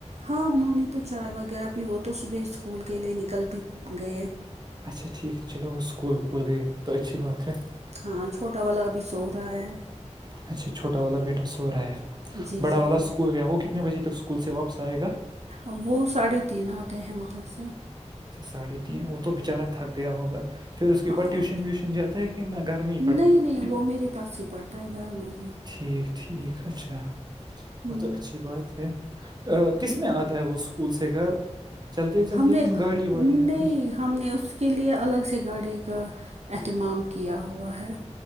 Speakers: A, on the right (about 65°); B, on the right (about 35°).
A: ہاں انہوں نے تو چائے وغیرہ بھی وہ تو صبح اسکول کے لیے نکل بھی گئے
B: اچا ٹھیک چلو وہ سکولکول گیئےے توتچھی بات رہ ہے
A: ہاں چھوٹا والا ابھی سو رہا ہے
B: اچھا چھوٹا والا بیٹا سو رہا ہے
A: جی
B: بڑا
A: جی
B: والا
A: جی
B: اسکول گیا وہ کتنے بجے تک اسکول سے واپس آئے گا
A: ا وہ ساڑھے تین آتے ہیں وہاں سے
B: اچھا ساڑھے تین وہ تو بچارا تھک گیا ہوگا پھر اس کے
A: ہاں
B: بعد ٹیوشن ویوشن جاتا ہے کہ نہ گھر میں ہی
A: نہیں
B: پڑ
A: نہیں وہ میرے پاس ہی پڑتا ہے گھر میں ہی
B: ٹھیک ٹھیک اچھا
A: ہوں،
B: وہ تو اچھی بات ہے کس میں آتا ہے وہ اسکول سے گھر چلتے چلتے
A: ہم نے
B: کن گاڑی واڑی میں
A: نہیں
B: کچھ
A: ہم نے اس کے لیے الگ سے گاڑی کا اہتمام کیا ہوا ہے